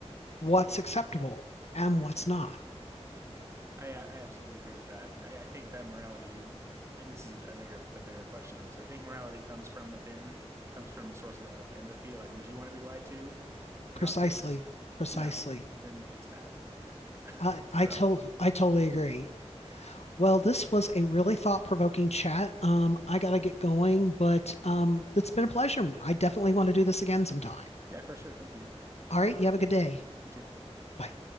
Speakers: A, on the left; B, on the right.
A: what's acceptable and what's not.
B: I I absolutely agree with that. I I think that morality and this is a bigger a bigger question obviously. I think morality comes from within, comes from a source of, of empathy. Like would you want to be lied to
A: Precisely,
B: about this?
A: precisely.
B: No, then it's bad. <laughs>
A: I, I,
B: So,
A: to I totally agree. Well, this was a really thought-provoking chat. Um, I gotta get going, but um, it's been a pleasure. I definitely want to do this again sometime.
B: yeah, for sure. Thank you.
A: All right, you have a good day.
B: You too.
A: Bye.